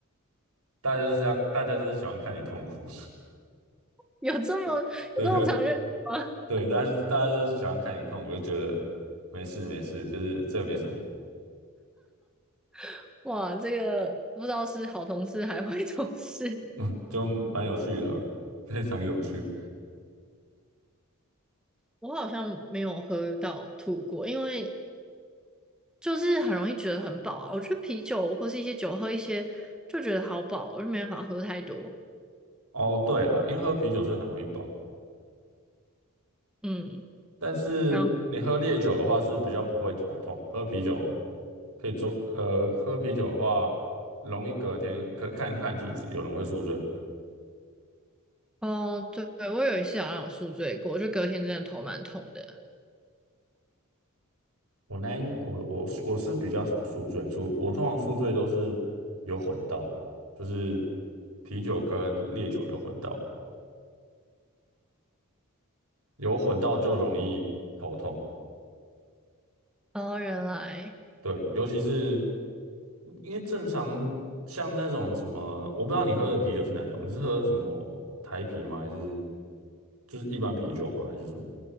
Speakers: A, on the right; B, in the centre.
A: 大家就是要大家就是喜欢看你痛苦，
B: 有这么有这么残忍吗？
A: <laughs> 对。对，但是大家都喜欢看你痛我就觉得没事没事，就是这个没什么，
B: <laughs> 哇，这个不知道是好同事还坏同事，
A: <laughs> 就蛮有趣的，<laughs> 非常有趣。
B: <laughs> 我好像没有喝到吐过，因为就是很容易觉得很饱啊。我觉得啤酒或是一些酒喝一些就觉得好饱，我就没办法喝太多。
A: 哦，对了，因为喝啤酒是很容易饱，
B: 嗯，
A: 但是你喝烈酒的话是比较不会头痛，
B: 然
A: 喝啤酒可以做，呃，喝啤酒的话容易隔天可看看体质，有人会宿醉。
B: 后对，对我有一次好像有宿醉过，就隔天真的头蛮痛的。
A: 我那一我我是我是比较少宿醉，除我通常宿醉都是有混到，就是啤酒跟烈酒有混到。有混到就容易头痛，
B: 哦，原来
A: 对，尤其是因为正常像那种什么，我不知道你喝的啤酒是哪一种，你是喝什么台啤吗？还是就是一般啤酒吗？还是什么？